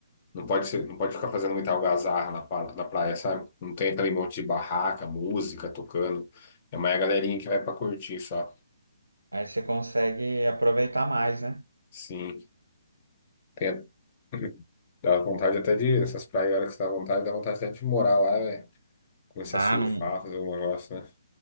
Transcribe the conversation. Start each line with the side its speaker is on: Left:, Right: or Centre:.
Left: Não pode ser, não pode ficar fazendo muita algazarra na, pa- na praia, sabe? Não tem aquele monte de barraca, música tocando. É mais a galerinha que vai pra curtir só.
Right: Aí você consegue aproveitar mais, né?
Left: Sim. Tem a- <laughs> Dá vontade até de, essas praias, a hora que você dá vontade, dá vontade até de morar lá, velho. Começar
Right: Ah,
Left: a surfar,
Right: não,
Left: fazer um negócio, né?